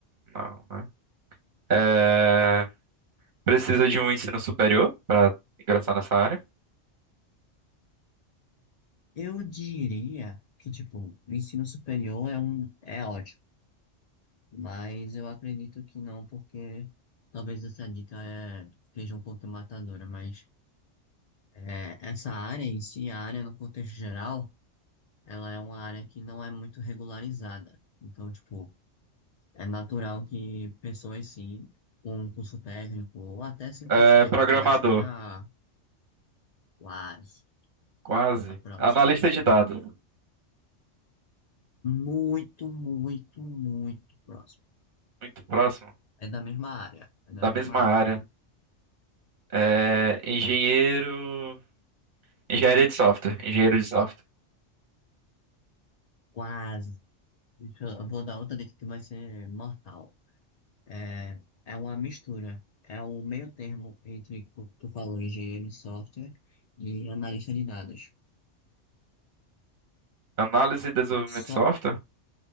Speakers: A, on the right; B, on the left.
A: Não, né? É, Precisa de um ensino superior para ingressar nessa área?
B: Eu diria que, tipo, o ensino superior é um, é ótimo, mas eu acredito que não, porque talvez essa dica é, seja um pouco matadora, mas é, essa área em si, a área no contexto geral, ela é uma área que não é muito regularizada. Então, tipo, É natural que pessoas, sim, com um curso técnico, ou até sem
A: É,
B: curso técnico,
A: Programador?
B: mas tenha quase
A: Quase.
B: tá próximo.
A: Analista de dados?
B: Muito, muito, muito próximo.
A: Muito próximo.
B: É da mesma área, é da
A: Da mesma
B: mesma
A: área.
B: área.
A: É, engenheiro. Engenharia de software. Engenheiro de software.
B: Quase. Deixa eu, eu vou dar outra dica que vai ser mortal. É, é uma mistura. É o meio termo entre, o que tu falou, engenheiro de software e analista de dados.
A: Análise e desenvolvimento
B: Só,
A: de software.